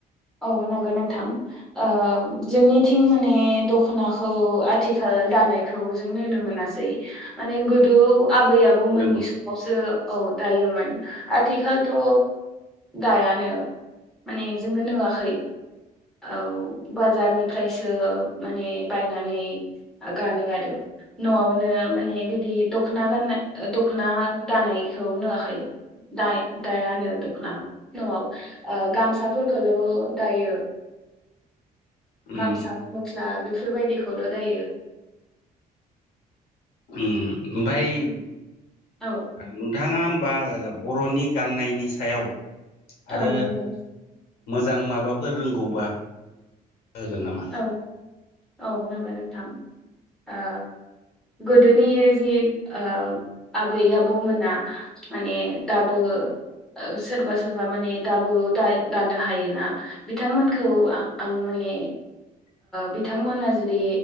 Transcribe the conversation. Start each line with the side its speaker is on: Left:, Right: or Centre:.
Centre: औ नंगौ नोंथां ओ जोंनिथिं माने दख'नाखौ आथिखाल दानायखौ जों नुनो मोनासै माने गोदो आबै आबौमोननि
Left: नंगौ
Centre: समावसो औ दायोमोन आथिखालथ' दायानो। माने जोङो नुवाखै औ बाजारनिफ्रायसो माने बायनानै आ गानो आरो न'आवनो माने बिदि दख'ना गाननाय दख'ना गानायखौ नुवाखै। दाय दाया नो दखना न'आव गामसाफोरखौल दायो
Left: उम
Centre: गामसा मस्ला बेफोरबायदिखौल दायो।
Left: उम ओमफ्राय ओ
Centre: औ
Left: नोंथाङा बा बर'नि गाननायनि सायाव आरो
Centre: औ नोंगौ
Left: मोजां माबाफोर रोंगौबा होगोन नामा।
Centre: औ औ नंगौ नोंथां ओ गोदोनि जि ओ आबै आबौमोना माने दाबो सोरबा सोरबा माने दाबो दानो हायोना बिथांमोनखौ आ आं माने
Left: <inaudible>
Centre: बिथांमोना जुदि